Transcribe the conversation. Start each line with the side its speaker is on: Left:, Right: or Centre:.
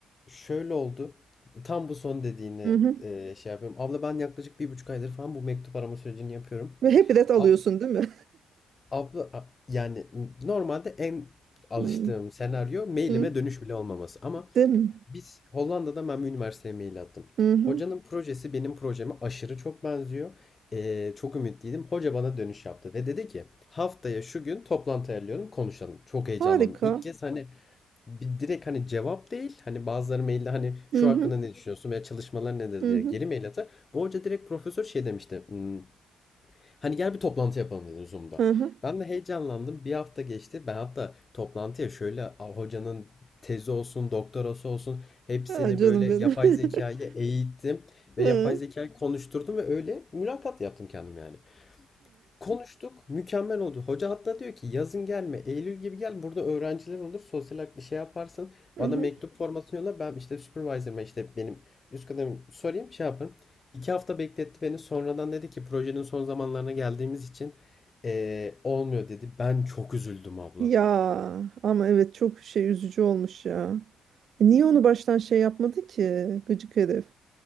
Left: şöyle oldu. Tam bu son dediğini
Right: Hı hı.
Left: e, şey yapıyorum. Abla ben yaklaşık bir buçuk aydır falan bu mektup arama sürecini yapıyorum.
Right: Ve hep ret alıyorsun
Left: Abla,
Right: değil mi?
Left: abla a- yani normalde en alıştığım
Right: <laughs> Hı
Left: senaryo mailime
Right: hı.
Left: dönüş bile olmaması. Ama
Right: Değil mi?
Left: biz Hollanda'da ben bir üniversiteye mail attım.
Right: Hı hı.
Left: Hocanın projesi benim projeme aşırı çok benziyor. E, çok ümitliydim. Hoca bana dönüş yaptı ve dedi ki haftaya şu gün toplantı ayarlıyorum konuşalım. Çok heyecanlandım.
Right: Harika.
Left: İlk kez hani bir direkt hani cevap değil hani bazıları mailde hani şu
Right: Hı hı.
Left: hakkında ne düşünüyorsun veya çalışmalar nedir
Right: Hı
Left: diye
Right: hı.
Left: geri mail atar. Bu hoca direkt profesör şey demişti. "Hmm, hani gel bir toplantı yapalım dedi Zoom'da.
Right: Hı hı.
Left: Ben de heyecanlandım. Bir hafta geçti. Ben hatta toplantıya şöyle a, hocanın tezi olsun, doktorası olsun hepsini
Right: Ha, canım
Left: böyle
Right: benim.
Left: yapay
Right: <laughs>
Left: zekayı eğittim ve
Right: Hı hı.
Left: yapay zekayı konuşturdum ve öyle mülakat yaptım kendim yani. Konuştuk. Mükemmel oldu. Hoca hatta diyor ki yazın gelme. Eylül gibi gel. Burada öğrenciler olur. Sosyal hak- bir şey yaparsın.
Right: Hı
Left: Bana
Right: hı.
Left: mektup formatını yolla. Ben işte supervisor'ıma işte benim üst kademim sorayım şey yaparım. İki hafta bekletti beni. Sonradan dedi ki projenin son zamanlarına geldiğimiz için eee, olmuyor dedi. Ben çok üzüldüm abla.
Right: Ya ama evet çok şey üzücü olmuş ya. E, Niye onu baştan şey yapmadı ki gıcık herif?